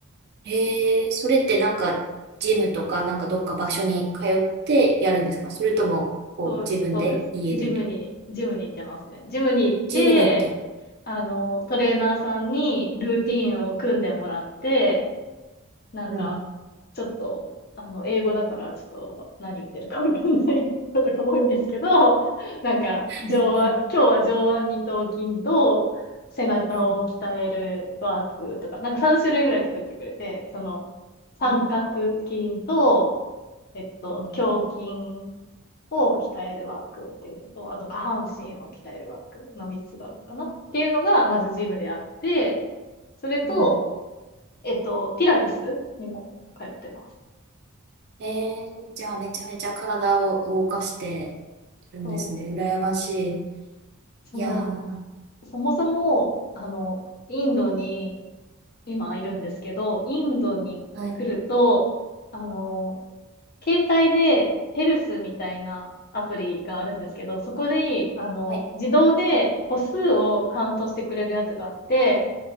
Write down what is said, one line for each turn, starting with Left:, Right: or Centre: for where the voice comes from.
Right: へえ、それってなんか、ジムとかなんかどっか場所に通ってやるんですかそれとも、こう、
Left: そうです、
Right: 自分で、
Left: そうです。
Right: 家で、
Left: ジムに、ジムに行ってますね。ジムに行って、
Right: ジムに行って。
Left: あの、トレーナーさんにルーティンを組んでもらって、なんか、
Right: うん、
Left: ちょっと、あの、英語だから、ちょっと何言ってるかわかんないことが多いんですけど、<laughs> なんか、上腕、
Right: うん、
Left: 今日は上腕二頭筋と背中を鍛えるワークとか、
Right: うん、うん、
Left: なんか3種類ぐらい作ってくれて、その、三角筋と、
Right: うん、
Left: えっと、
Right: うん。
Left: 胸筋を鍛えるワークっていうのと、あと下半身を鍛えるワークの3つがあるのかなっていうのが、まずジムであって、それと、
Right: うん
Left: えっと、ピラティスにも通ってます。
Right: へじゃあめちゃめちゃ体を動かしてるんですね。
Left: そ
Right: 羨まし
Left: う、その、
Right: い。いやー、
Left: そもそも、あの、インドに今いるんですけど、
Right: うん
Left: インドに来ると、
Right: はい
Left: あの、携帯でヘルスみたいなアプリがあるんですけど、そこで、あの、
Right: はい。
Left: 自動で歩数をカウントしてくれるやつがあって、